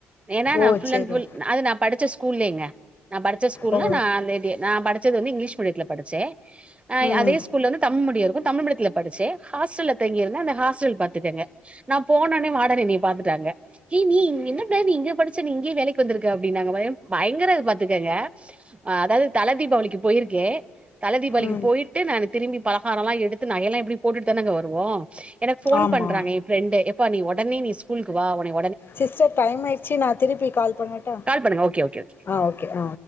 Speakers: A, on the right; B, on the left.
A: ஏன்னா
B: ஓ
A: நா ஃபுல்அண்ட்ஃபுல்
B: செரி
A: அது நா படிச்ச ஸ் கூலிங்க நான் படிச்ச ஸ்கூல்
B: ஓ
A: நா அந்த <unintelligible> நா படிச் டிச்சது வந்து இங்கிஷ் மீடியத்ல படிச்சே ஆ
B: ம்
A: அதே ஸ்கூல்ல வந்து தமிழ் மீடியோ இருக் தமிழ் மீடியத்ல படிச்சே ஹாஸ்டல்ல தங்கி இருந்தே அந்த ஹாஸ்டல் பாத்துக்கங்க நா போனோன வாடன் என்ன பாத்துட்டாங்க ஏய் நீ என்ன புள்ள நீ இங்க படிச்ச இங்கே வேலைக்கு வந்துருக்க அப்டி நாங்க பயோ பயங்கர பாத்துக்கங்க அதாவது தல தீபாவளிக்கு போயிருக்கே தலை தீபாவளிக்கு
B: ம்
A: போயிட்டு நானு திரும்பி பலகாரம் லா எடுத்து நகைல்லா எப்டி போட்டுத்தனங்க வருவோ எனக்கு ஃபோன்
B: ஆமா
A: பண்றாங்க ஏன் ஃப்ரெண்டு எப்பா நீ ஒ உடனே நீ ஸ்கூலுக்கு வா உனய
B: சிஸ்டர் டைம் ஆயிச்சு நா திருப்பி கால் பண்ணட்டா
A: கால் பண்ணுங்க ஓகே ஓகே ஓகே
B: ஆ ஓகே ஆ